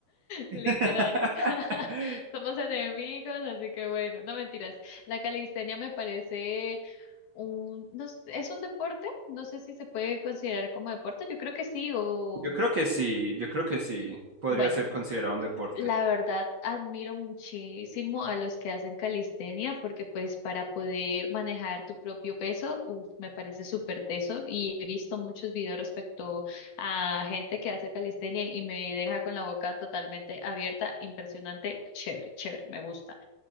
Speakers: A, on the right; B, on the left.
A: <laughs>
B: Literal. <laughs> Somos enemigos, así que bueno, no mentiras. La calistenia me parece un, no, sé, es un deporte, no sé si se puede considerar como deporte, yo creo que sí, o
A: Yo creo que sí, yo creo que sí, podría
B: bueno.
A: ser considerado un deporte.
B: La verdad, admiro muchísimo a los que hacen calistenia porque pues para poder manejar tu propio peso, uf, me parece súper teso y he visto muchos videos respecto a gente que hace calistenia y me deja con la boca totalmente abierta, impresionante, chévere, chévere, me gusta.